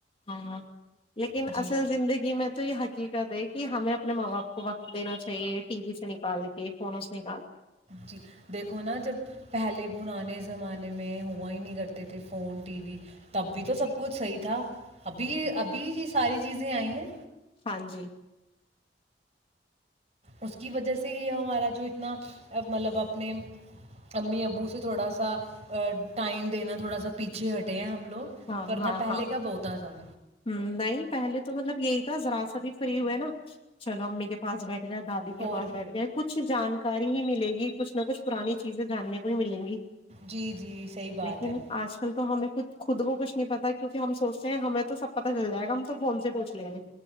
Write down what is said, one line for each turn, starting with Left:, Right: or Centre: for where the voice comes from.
Left: ہاں ہاں لیکن
Right: جی
Left: اصل زندگی میں تو یہ کی دے کہ ہمیں اپنے ماں باپ کو وقت دینا چاہیے ٹی وی سے نکال کے فونوں سے نکال
Right: جی دیکھو نا جب پہلے پرانے زمانے میں ہوا ہی نہیں کرتے تھے فون ٹی وی تب بھی تو سب
Left: جی
Right: کچھ صحیح تھا ابھی یہ ابھی یہ ساری چیزیں آئی ہیں
Left: ہاں جی
Right: اس کی وجہ سے ہی ہمارا جو اتنا مطلب اپنے امی ابو سے تھوڑا سا ٹائم دینا تھوڑا سا پیچھے ہٹے ہیں ہم لوگ لوگ
Left: ہاں
Right: ورنہ
Left: ہاں
Right: پہلے
Left: ہاں
Right: کا بہتا تھا
Left: نہیں پہلے تو مطلب یہی تھا ذرا سابھی فری ہوئے نا چلو امی کے پاس بیٹھ یا دادی کے
Right: اور
Left: پاس بیٹھ گئے کچھ جانکاری ہی ملے گی کچھ نہ کچھ پرانی چیزیں جاننے کو ہی ملیں گی
Right: جی جی صحیح بات
Left: لیکن
Right: ہے
Left: آج کل تو ہمیں کچ خود کو کچھ نہیں پتا کیکہ ہم سوچتے ہیں ہمیں تو سب پتا چل جائے گا ہم تو فون سے پوچھ لیں گے